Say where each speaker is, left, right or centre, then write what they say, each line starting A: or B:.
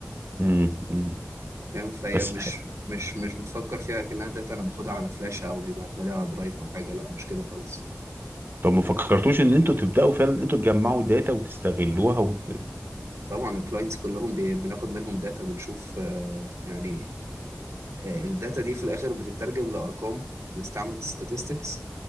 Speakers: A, on the right; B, on the right.
A: امم
B: فاهم فهي
A: بس
B: مش
A: ح-
B: مش مش بتفكر فيها كأنها داتا أنا باخدها على فلاشة أو بيبعتوها لي على درايف أو حاجة لا مش كده خالص
A: طب ما فكرتوش ان انتوا تبداوا فعلا انتوا تجمعوا داتا وتستغلوها وت...
B: طبعا الكلاينتس كلهم بي- بناخد منهم داتا بنشوف آه، يعني آه، الداتا دي في الآخر بتترجم لأرقام بنستعمل statistics